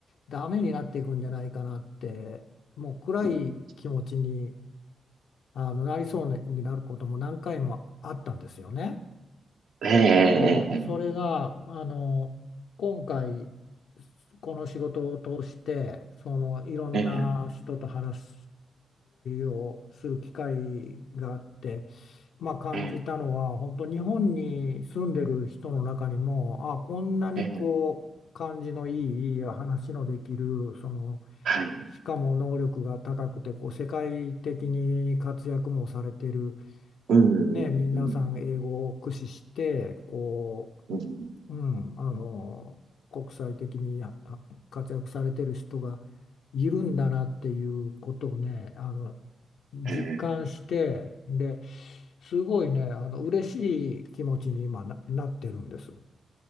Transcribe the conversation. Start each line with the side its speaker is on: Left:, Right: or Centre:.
Left: ダメになっていくんじゃないかなって、もう暗い気持ちに
Right: うん
Left: あのなりそうになることも何回もあったんですよね。
Right: えええ
Left: で、それが、あの、今回、この仕事を通して、その、いろんな人と話
Right: えええ
Left: をする機会があって、まあ、感じたのは、
Right: え
Left: 本当、日本に住んでる人の中にも、あ、こんなにこう、
Right: ええええ
Left: 感じのいい、話のできる、その、
Right: はい。
Left: しかも能力が高くて、こう、世界的に活躍もされてる、
Right: うんうんうん
Left: ね、皆さん英語を駆使してこ
Right: うん。
Left: うん、あの国際的にあ活躍されてる人がいるんだなっていうことをねあの実感してで
Right: ええ。
Left: すごいねあの嬉しい気持ちに今な、なってるんです。